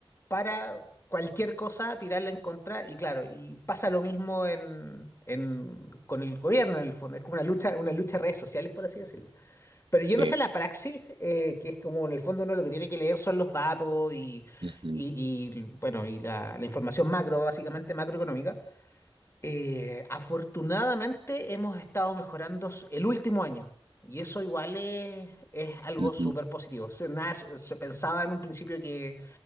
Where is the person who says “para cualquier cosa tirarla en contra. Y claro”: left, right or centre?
Left